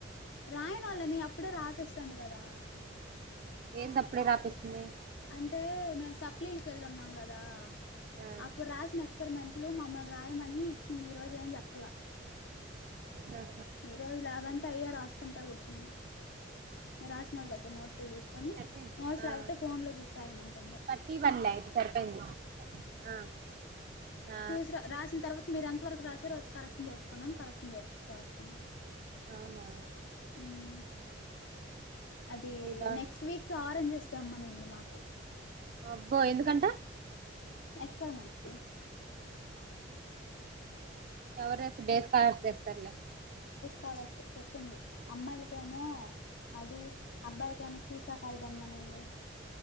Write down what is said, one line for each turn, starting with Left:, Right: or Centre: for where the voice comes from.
Left: రాయి మళ్ళ నీ అప్పుడే రాపిస్తాంది గదా
Right: ఏంది అప్పుడే రాపిస్తుంది
Left: అంటే మేము సప్లీలకి యెళ్ళు ఉన్నాం గదా
Right: ఆ
Left: అప్పుడు రాసిన ఎక్స్ పరమెంట్ లు మమ్మల్ని రాయమని ఇచ్చింది ఈ రోజు ఏం జెప్పలే
Right: ఆ
Left: ఈ రోజు లాబ్ అంతా అయ్యె రాసుకుంటా గూర్చున్నాం రాసినోళ్ళ దగ్గర నోట్స్లు తీసుకొని
Right: సరిపోయింది
Left: నోట్స్
Right: ఆ
Left: లేపోతే ఫోన్ లో చూసి రాయమంటంది
Right: థర్టీ వన్లే అయితే సరిపోయింది ఆ ఆ
Left: చూసి రాసిన తర్వాత మీరు ఎంత వరకు రాసారో వచ్చి కరెక్షన్ చేపిచ్చు కోండని కరెక్షన్ చే చేస్తుంది
Right: అవునా
Left: ఉమ్ అది
Right: ఇదా
Left: నెక్స్ట్ వీక్ ఆరెంజ్స్ తెమ్మనింది మాకు
Right: అబ్బో ఎందుకంట
Left: ఎక్స్పెరిమెంట్స్ కి
Right: ఎవరు దెస్తర్ డెస్కాలర్స్ దెస్తర్లే
Left: కాలర్సే చెప్పింది అమ్మాయిలకేమో అది అబ్బాయిలకేమో షీ కాయ దెమ్మనింది